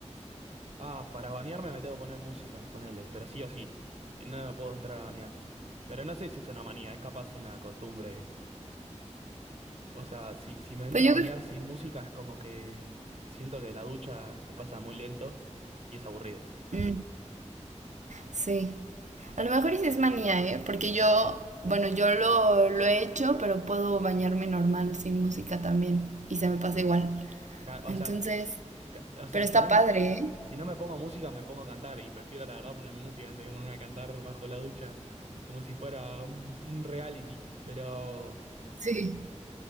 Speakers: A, on the right; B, on the right.
A: Ah, para bañarme me tengo que poner música, ponele, pero sí o sí. Si no, no puedo entrar a bañar. Pero no sé si es una manía, es capaz una costumbre O sea, si, si me entra
B: Pues yo
A: a bañar
B: creo...
A: sin música es como que siento que la ducha se pasa muy lento y es aburrido.
B: Mm, sí. A lo mejor sí es manía, ¿eh? Porque yo, bueno, yo lo, lo he hecho, pero puedo bañarme normal sin música también. Y se me pasa igual.
A: Ca- O
B: Entonces,
A: sea, ca- o sea,
B: pero está
A: si no, me-
B: padre, ¿eh?
A: si no me pongo música me pongo a cantar y prefiero la verdad ponerme música antes que ponerme a cantar bajo la ducha como si fuera un, un reality. Pero,
B: Sí.